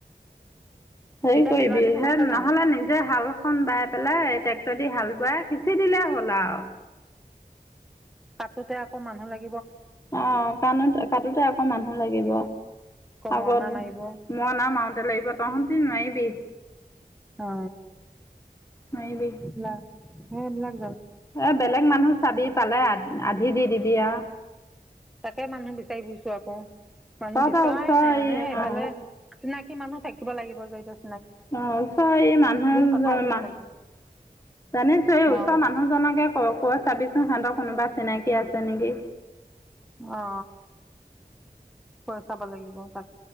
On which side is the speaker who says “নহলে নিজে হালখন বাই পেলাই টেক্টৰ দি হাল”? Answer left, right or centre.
Left